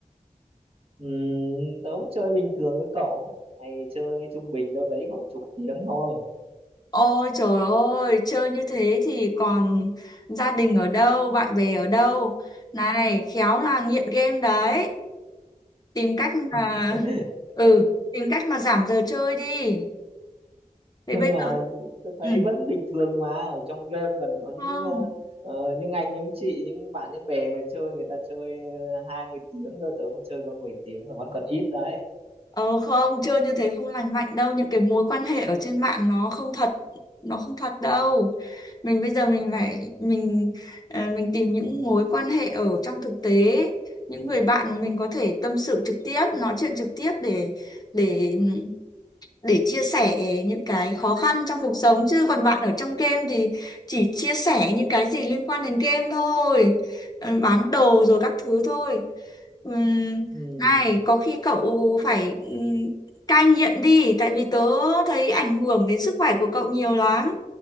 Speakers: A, on the right; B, on the left.
A: Ừm, tớ cũng chơi bình thường với cậu ngày chơi trung bình đâu đấy khoảng chục tiếng thôi
B: Ôi trời ơi, chơi như thế thì còn gia đình ở đâu, bạn bè ở đâu. Này, khéo là nghiện game đấy. Tìm cách mà
A: <laughs>
B: ừ, tìm cách mà giảm giờ chơi đi. Thế
A: nhưng
B: bây
A: mà
B: giờ
A: tớ thấy
B: ừ.
A: vẫn bình thường mà ở trong game còn có những
B: Không.
A: ờ, ờ, những anh những chị những bạn những bè mà chơi người ta chơi ờ, hai mươi tiếng cơ tớ mới chơi có 10 tiếng là vẫn còn ít đấy
B: Ờ không, chơi như thế không lành mạnh đâu, những cái mối quan hệ ở trên mạng nó không thật, nó không thật đâu. Mình bây giờ mình phải mình ờ, mình tìm những mối quan hệ ở trong thực tế, những người bạn mà mình có thể tâm sự trực tiếp, nói chuyện trực tiếp để để để chia sẻ những cái khó khăn trong cuộc sống chứ còn bạn ở trong game thì chỉ chia sẻ những cái gì liên quan đến game thôi Ờ, bán đồ rồi các thứ thôi Ừm,
A: Ừm,
B: này có khi cậu phải ừm, cai nghiện đi tại vì tớ thấy ảnh hưởng đến sức khỏe của cậu nhiều lắm